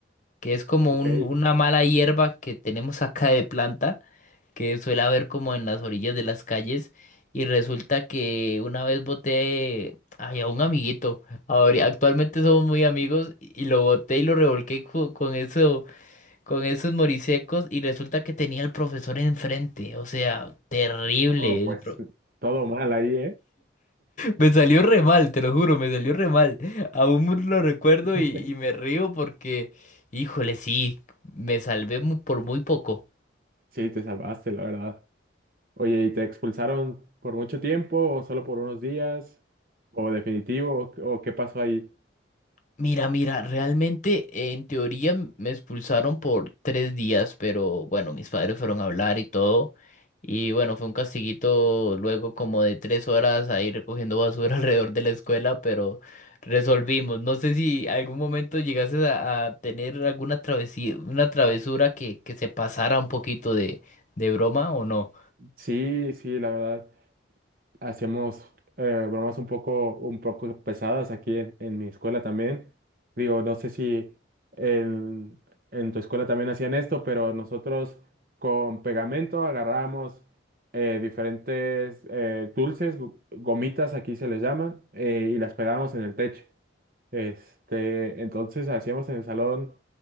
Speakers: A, on the left; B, on the right.
A: que es como
B: Ok,
A: un- una mala hierba que tenemos acá de planta, que suele haber como en las orillas de las calles. Y resulta que una vez boté ay, a un amiguito, ahora, actualmente somos muy amigos, y lo boté y lo revolqué co- con eso, con esos morisecos y resulta que tenía al profesor enfrente, o sea, terrible.
B: no, pues todo mal ahí, ¿eh?
A: Me salió re mal, te lo juro, me salió re mal. Aún lo recuerdo
B: <laughs>
A: y, y me río porque, híjole, sí, me salvé mu- por muy poco.
B: Sí, te salvaste, la verdad. Oye, ¿y te expulsaron por mucho tiempo o solo por unos días? ¿O definitivo? ¿O qué pasó ahí?
A: Mira, mira, realmente en teoría m- me expulsaron por tres días, pero bueno, mis padres fueron a hablar y todo. Y bueno, fue un castiguito luego como de tres horas ahí recogiendo basura <laughs> alrededor de la escuela, pero resolvimos. No sé si algún momento llegases a, a tener alguna travesía, una travesura que, que se pasara un poquito de, de broma o no.
B: Sí, sí, la verdad. hacíamos eh, bromas un poco, un poco pesadas aquí en, en mi escuela también. Digo, no sé si en, en tu escuela también hacían esto, pero nosotros con pegamento agarrábamos eh, diferentes eh, dulces, gu- gomitas aquí se les llaman, eh, y las pegábamos en el techo. Este, entonces hacíamos en el salón